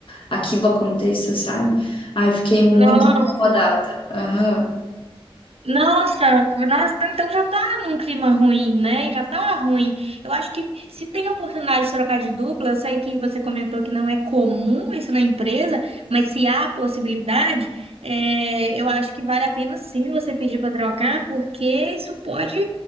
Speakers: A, on the left (about 60°); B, on the right (about 80°).
A: aquilo aconteça, sabe? Ai, fiquei muito
B: nossa.
A: incomodada. Aham.
B: Nossa, nossa, então já tá num clima ruim, né? Já tá ruim. Eu acho que se tem a oportunidade de trocar de dupla, eu sei que você comentou que não é comum isso na empresa, mas se há a possibilidade, é, eu acho que vale a pena sim você pedir para trocar, porque isso pode